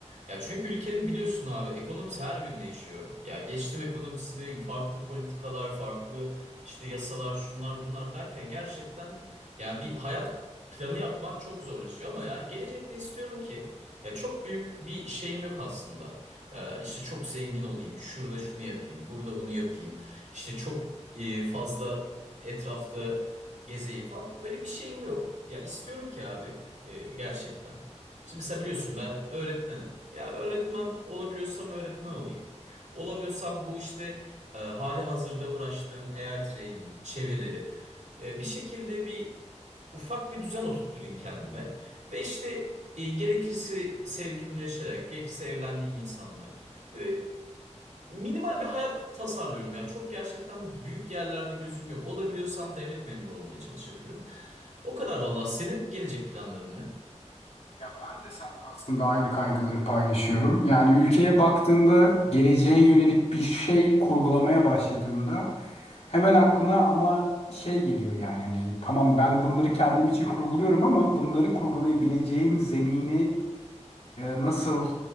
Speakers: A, on the right (about 90°); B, on the left (about 60°).
A: Ya çünkü ülkenin biliyorsun abi ekonomisi her gün değişiyor. Ya geçtim ekonomisini farklı politikalar, farklı işte yasalar, şunlar bunlar derken gerçekten ya bir hayat planı yapmak çok zorlaşıyor ama yani gelecekte istiyorum ki ya çok büyük bir şeyim yok aslında. Ee, işte çok zengin olayım, şurada şunu yapayım, burada bunu yapayım. İşte çok e, fazla etrafta gezeyim falan. Öyle bir şeyim yok. Ya istiyorum ki abi e, gerçekten. Şimdi mesela biliyorsun ben öğretmenim. Ya öğretmen olabiliyorsam öğretmen olayım. Olamıyorsam bu işte e, hali hazırda uğraştığım AI training, çeviri, e, bir şekilde bir ufak bir düzen oturtturayım kendime. Ve işte e, gerekirse sevgilimleşerek, gerekirse evlendiğim insanla. Böyle minimal bir hayat tasarlıyorum ya. Çok gerçekten büyük yerlerde gözüm yok. Olabiliyorsam devlet memuru olmaya çalışabilirim. O kadar valla. Senin gelecek planların ne?
B: Ya ben de seninle aslında aynı kaygıları paylaşıyorum. Yani ülkeye baktığında geleceğe yönelik bir şey kurgulamaya başladığında hemen aklına ama şey geliyor yani hani tamam ben bunları kendim için kurguluyorum ama bunları kurgulayabileceğim zemini e, nasıl